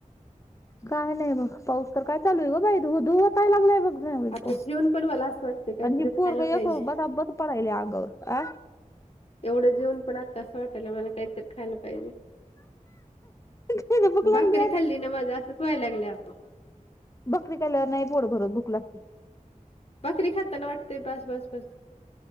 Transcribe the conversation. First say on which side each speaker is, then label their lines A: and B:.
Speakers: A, on the left; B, on the left.
A: काय नाइ बघ पाऊस तर काय चालूय गं बाई धो धो वताय लागलाय. बग बाई
B: आता
A: पाऊस
B: जेवून पण मला असं वाटतं काहीतरी
A: आणि हे पोरग
B: खायला
A: एक
B: पाहिजे
A: बदा बदा पडायल अंगावर अं
B: एवढं जेवून पण आत्ता असं वाटायल मला कायतर खायला पाहिजे.
A: नाही भूक लागली
B: भाकरी
A: आणि
B: खाल्ली ना माझं असच व्हाय लागलय आओ
A: भाकरी खाल्ल्यावर नाइ पोट भरत भूक लागती.
B: भाकरी खातना वाटतंय बास बास बास